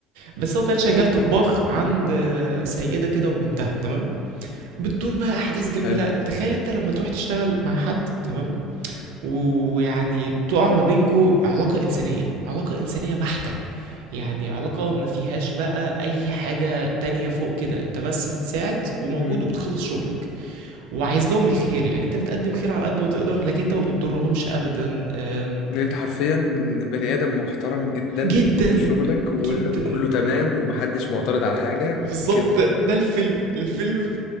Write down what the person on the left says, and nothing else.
مم.
حلو
امم
ان انت حرفيا بني ادم محترم جدا
بتقوم بشغلك وكله
تمام ومحدش معترض على حاجه
كده